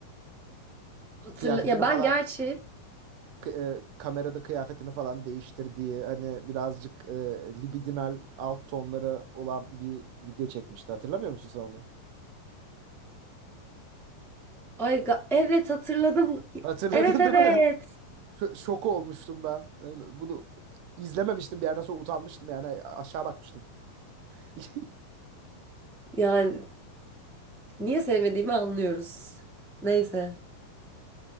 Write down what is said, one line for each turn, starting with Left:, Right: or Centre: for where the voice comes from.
Centre: Hatırla
Right: Kıyafetini
Centre: ya ben
Right: falan
Centre: gerçi
Right: k- e, kamerada kıyafetini falan değiştirdiği hani birazcık e, libidinal alt tonları olan bir video çekmişti. Hatırlamıyor musun sen onu?
Centre: ay ga- evet hatırladım.
Right: Hatırladın
Centre: Evet
Right: değil
Centre: evet.
Right: mi? Ş- şok olmuştum ben. Yani bunu izlememiştim bir yerden sonra utanmıştım yani aşağı bakmıştım. <laughs>
Centre: Yani niye sevmediğimi anlıyoruz. Neyse.